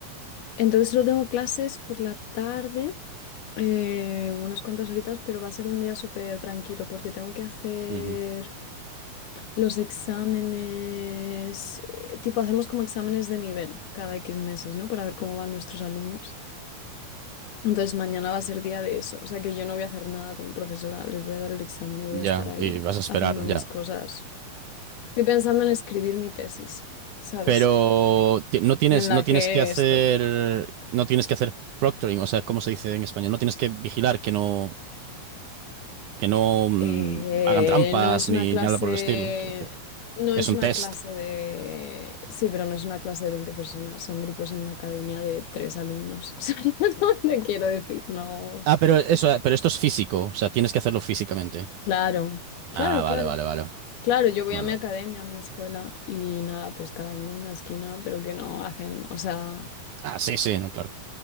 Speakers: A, on the left; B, on the right.
A: Entonces solo tengo clases por la tarde, eh, unas cuantas horitas, pero va a ser un día súper tranquilo porque tengo que hacer
B: ujú.
A: los exámenes, eh, tipo hacemos como exámenes de nivel cada X meses, ¿no? Para ver cómo van nuestros alumnos. Entonces mañana va a ser día de eso, o sea que yo no voy a hacer nada como profesora, les voy a dar el examen y voy
B: Ya,
A: a estar ahí
B: y vas a esperar,
A: haciendo mis
B: ya.
A: cosas. Estoy pensando en escribir mi tesis, ¿sabes?
B: Pero ti- no tienes,
A: En la
B: no tienes
A: que
B: que hacer,
A: estoy.
B: no tienes que hacer proctoring, o sea, ¿cómo se dice en español? No tienes que vigilar que no, que no mm,
A: Eh,
B: hagan trampas
A: no es
B: ni
A: una clase,
B: nada por el estilo, quiero decir.
A: no
B: Es
A: es
B: un
A: una
B: test.
A: clase de, sí, pero no es una clase de 20 personas, son grupos en una academia de tres alumnos. <laughs> O sea, no te quiero decir, no.
B: Ah, pero eso, pero esto es físico, o sea, tienes que hacerlo físicamente.
A: Claro, claro,
B: Ah, vale,
A: claro.
B: vale, vale.
A: Claro, yo voy
B: Vale,
A: a mi
B: vale.
A: academia, a mi escuela y nada, pues cada uno en una esquina, pero que no hacen, o sea,
B: Ah, sí, sí, no, claro.